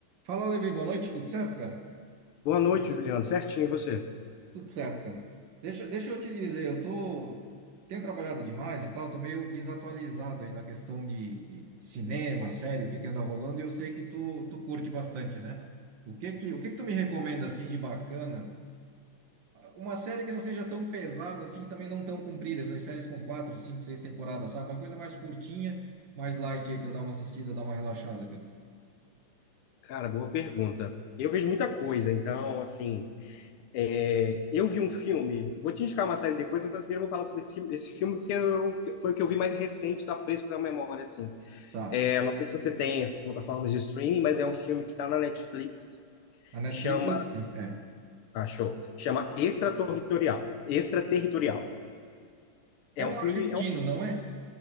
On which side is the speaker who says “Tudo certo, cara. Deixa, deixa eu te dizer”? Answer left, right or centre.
Right